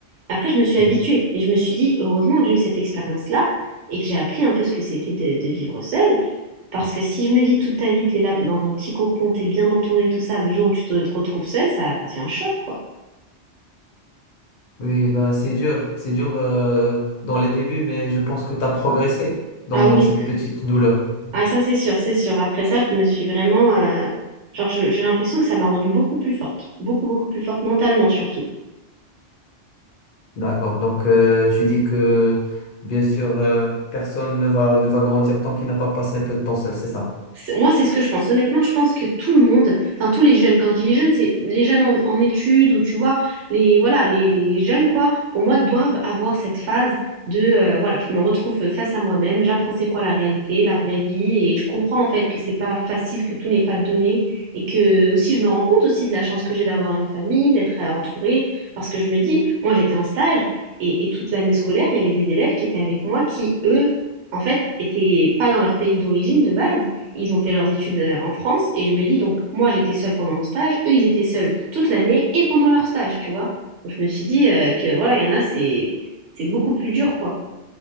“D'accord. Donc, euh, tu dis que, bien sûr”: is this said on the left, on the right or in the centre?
Left